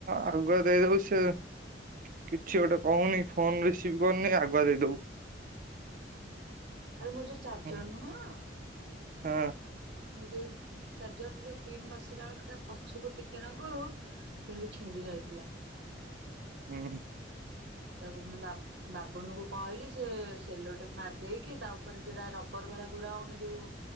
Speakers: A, on the right; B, on the right.
A: ଆଗୁଆ ଦେଇ ଦଉଚି ସିଏ? କିଛି ଗୋଟେ କହୁନି ଫୋନ ରିସିଭ କରୁନି ଆଗୁଆ ଦେଇଦବୁ।
B: ଆରେ ମୋର ଯୋଉ ଚାର୍ଜର
A: ହୁଁ
B: ନୁହଁ।
A: ହଁ
B: ମୁଁ ଯୋଉ ଚାର୍ଜର ଯୋଉ ପିନ୍ ବସିଲା ବେଳକୁ ତା ପଛକୁ ଟିକେ ନାକୁରୁ କିନ୍ତୁ ଛିଣ୍ଡି ଗ ଯାଇଥିଲା।
A: ହୁ।
B: ତାକୁ ପୁଣି ବା ବାବୁନୁକୁ କହିଲି ସି ସେ ସେଲୋଟେପ ମାରିଦେଇକି। ତା ଉପରେ ଯୋଉରା ରବର ଭଳିଆ ଗୁରା ହଉନି ଯୋଉ